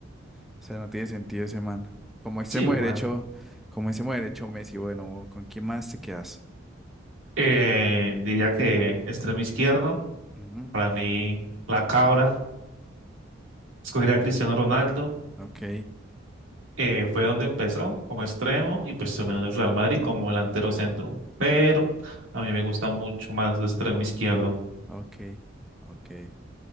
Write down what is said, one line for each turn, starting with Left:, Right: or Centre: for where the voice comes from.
Centre: O sea, no tiene sentido ese man. Como extremo
Right: sí, bueno.
Centre: derecho, como extremo derecho Messi, bueno, ¿con quién más te quedas?
Right: Eh, diría que extremo izquierdo,
Centre: Ujú,
Right: para mí la cabra, escogería a Cristiano Ronaldo.
Centre: Ok,
Right: Eh, fue donde empezó como extremo y pues terminó en el Real Madrid como delantero centro. Pero a mí me gusta mucho más el extremo izquierdo.
Centre: ok, ok.